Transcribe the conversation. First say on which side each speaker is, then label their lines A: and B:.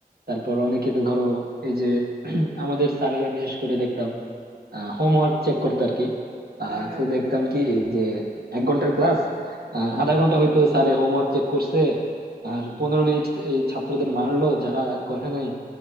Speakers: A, on the right; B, on the right.
A: তারপর অনেকে তো ধরো এই যে <clears throat> আমাদের স্যারেরা বিশেষ করে দেখতাম হোমওয়ার্ক চেক করতো আর কি আহ,
B: হ্যাঁ হ্যাঁ
A: তো
B: হ্যাঁ
A: দেখতাম কি যে এক ঘন্টার ক্লাস আহ, আধা ঘন্টা হয়তো স্যারে হোমওয়ার্ক চেক করছে আর পনেরো মিনিট এই ছাত্রদের মারলো যারা করে নাই